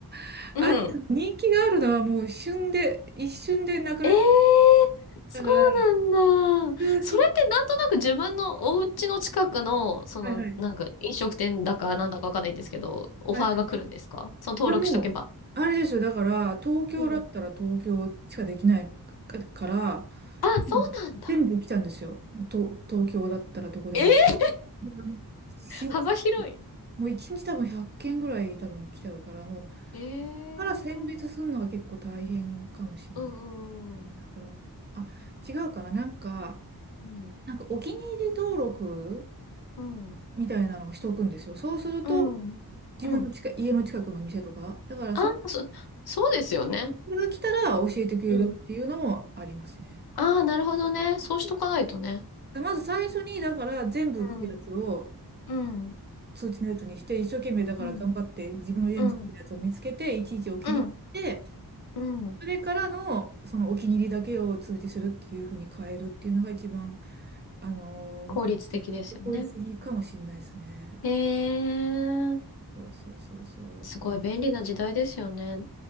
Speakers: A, on the right; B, on the left.
A: <laughs>
B: うん。
A: あれ、人気があるのはもう旬で、一瞬でなくなっちゃう。
B: ええーそうなんだ。
A: だから、通知、
B: それってなんとなく自分のお家の近くの、その、
A: はいはい、
B: なんか飲食店だかなんだかわかんないんですけど、オファーが来るんですかその登録しとけば。
A: はいはい。いやもう、あれですよ。だから、東京だったら東京しかできないかから、
B: うん。あ、
A: もう全部来たんですよ。
B: そうなんだ。
A: と、東京だったらどこでも。
B: えー
A: うんし、
B: 幅広い。
A: もう一日多分100件ぐらい多分来ちゃうから、も
B: えー。
A: う、そこから選別するのは結構大変かもしれな
B: うんうん
A: いね。だから、あ、違うかな。なんか、
B: うん。
A: なんかお気に入り登録
B: うん。
A: みたいなのをしとくんですよ。そうすると、
B: うん。うん。
A: 自分の近い、
B: うん
A: 家の近くの店とか、だからその
B: あー、そ、そうですよね。
A: それが来たら教えてくれるっていうのもありますね。
B: うん。ああ、なるほどね。そうしとかないとね。
A: まず最初に、だから全部来るやつを
B: うん。うん。
A: 通知のやつにして、一生懸命だから頑張って自分の家についてるやつを見つけて、
B: うん。うん。
A: いちいちお気に入りして、
B: うん。うん。
A: それからのそのお気に入りだけを通知するっていうふうに変えるっていうのが一番、あの
B: 効率的ですよね。
A: ー、効率的かもしれないですね。
B: へえ、
A: そうそうそうそう。だから、
B: すごい便利な時代ですよね。